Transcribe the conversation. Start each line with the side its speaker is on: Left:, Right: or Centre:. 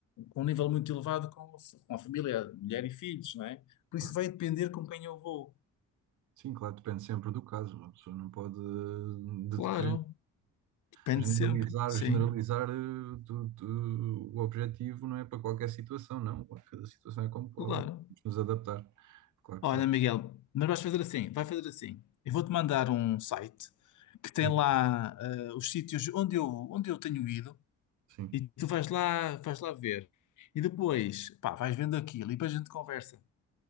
Left: com um nível muito elevado com, com a família, mulher e filhos, não é? Por
Right: claro.
Left: isso vai depender com quem eu vou.
Right: Sim, claro, depende sempre do caso. Uma pessoa não pode eh,
Left: Claro,
Right: de- querer
Left: depende
Right: generalizar,
Left: sempre, sim,
Right: generalizar eh, tu- tu- o objetivo não é para qualquer situação, não. Cada situação é como
Left: claro.
Right: qual. Vamos nos adaptar. Claro
Left: Olha,
Right: que sim.
Left: Miguel, mas vais fazer assim, vai fazer assim. Eu vou-te mandar um site que tem
Right: E-
Left: lá eh, os sítios onde eu, onde eu tenho ido
Right: Sim,
Left: E tu vais lá, vais lá ver. E depois, pá, vais vendo aquilo e depois a gente conversa.